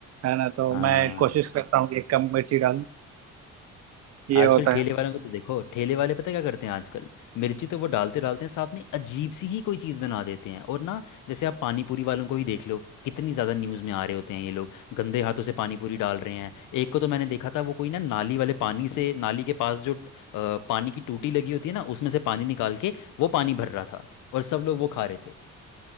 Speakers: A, on the right (about 55°); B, on the left (about 80°).
A: है ना तो
B: आ,
A: मैं कोशिश करता हूँ कि कम मिर्ची डालूं ये
B: आजकल
A: होता
B: ठेले
A: है
B: वालों को तो देखो ठेले वाले पता है क्या करते हैं आजकल मिर्ची तो वो डालते डालते हैं साथ में अजीब सी ही कोई चीज़ बना देते हैं और ना जैसे आप पानी पूरी वालों को ही देख लो कितनी ज़्यादा न्यूज़ में आ रहे होते हैं ये लोग गंदे हाथों से पानी पूरी डाल रहे हैं एक को तो मैंने देखा था वो कोई ना नाली वाले पानी से नाली के पास जो अ, पानी की टूटी लगी होती है ना उसमें से पानी निकाल के वो पानी भर रहा था और सब लोग वो खा रहे थे